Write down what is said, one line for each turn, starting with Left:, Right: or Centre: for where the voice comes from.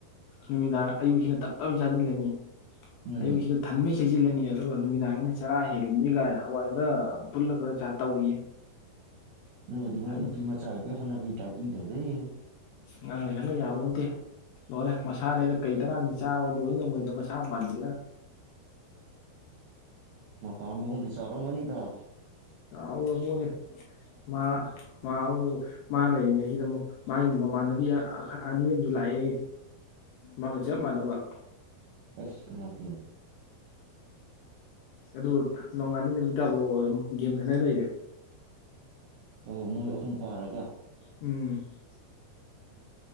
Left: ꯅꯨꯃꯤꯗꯥꯡ ꯑꯌꯨꯛꯁꯤꯅ ꯇꯞ ꯇꯥꯃꯩ ꯆꯥꯁꯤꯜꯂꯅꯤ
Right: ꯎꯝ
Left: ꯑꯌꯨꯛꯁꯤꯗ ꯊꯟꯃꯩ ꯁꯤꯖꯤꯜꯂꯅꯤ ꯑꯗꯨꯒ ꯅꯨꯃꯤꯗꯥꯡꯖꯤꯅ ꯆꯔꯥ ꯍꯦꯜꯂꯤꯝꯅꯤ ꯀꯥꯏꯅ ꯍꯋꯥꯏ ꯈꯔ ꯐꯨꯜꯂꯒ ꯈꯔ ꯆꯥ ꯇꯧꯔꯤꯌꯦ
Right: ꯑꯗꯨꯕꯨꯗꯤ ꯃꯣꯏ
Left: ꯈꯪꯗꯦ
Right: ꯅꯨꯄꯤ ꯃꯆꯥ ꯍꯧꯅꯕꯤ ꯗꯥꯏꯇꯤꯡ ꯇꯧꯖꯩꯅꯤꯅꯦ
Left: ꯉꯥꯡꯅ ꯁꯛꯅ ꯌꯥꯕꯣꯟꯇꯦ ꯂꯣꯏꯔꯦ ꯃꯁꯥꯅꯦꯗꯥ ꯀꯩ ꯇꯔꯥꯅ ꯆꯥꯕ ꯂꯣꯏ ꯉꯝꯃꯣꯏꯗꯕ ꯃꯁꯥ ꯑꯃ ꯄꯥꯟꯁꯤꯜꯂꯒ
Right: ꯎꯝ <unintelligible> ꯆꯥꯎꯔꯝꯒꯅꯤꯗ
Left: ꯆꯥꯎꯔꯄꯣꯠꯅꯤ ꯃꯥ ꯃꯥ ꯑꯃꯨ ꯃꯥ ꯂꯩꯔꯤꯉꯩꯁꯤꯗ ꯑꯃꯨꯛ ꯃꯥꯒꯤ ꯃꯃꯥꯟꯅꯕꯤ ꯑꯅꯤ ꯑꯃꯁꯨ ꯂꯥꯛꯑꯦ ꯃꯥꯒ ꯆꯞ ꯃꯥꯟꯅꯕ
Right: ꯑꯁ ꯏꯃꯥꯥꯏꯄꯦꯝꯃꯥ
Left: ꯑꯗꯨꯒ ꯅꯣꯡꯉꯥꯟꯗ ꯅꯨꯃꯤꯠ ꯇꯥꯐꯥꯎ ꯒꯦꯝ ꯁꯥꯅ ꯂꯩꯔꯦ
Right: ꯑꯣ ꯃꯣꯏ ꯑꯍꯨꯝ ꯄꯥꯔ
Left: ꯎꯝ <unintelligible>